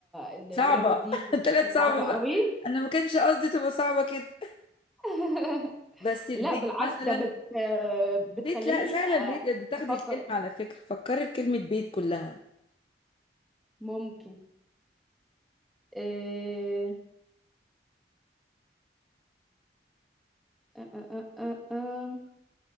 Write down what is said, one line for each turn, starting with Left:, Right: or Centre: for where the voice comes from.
Centre: ان اللعبه
Left: صعبة
Centre: دي بتبقى
Left: <laughs> طلعت
Centre: صعبه
Left: صعبة
Centre: قوي
Left: بقى انا ما كانش قصدي تبقى صعبة كده
Centre: <laughs>
Left: بس البيت
Centre: لا بالعكس
Left: مثلا
Centre: ده بت آه، بتخليني
Left: بيت لا سهلة
Centre: آه،
Left: البيت ده تاخدي
Centre: افكر
Left: الكلمة على فكرة فكري في كلمة بيت كلها
Centre: ممكن إيه... أه أه أه أه.